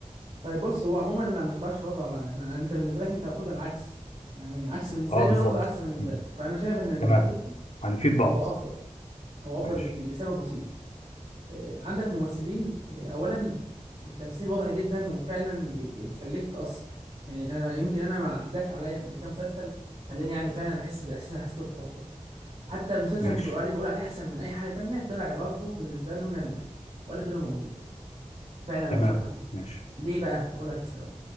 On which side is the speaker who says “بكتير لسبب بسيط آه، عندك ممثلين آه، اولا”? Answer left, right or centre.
Right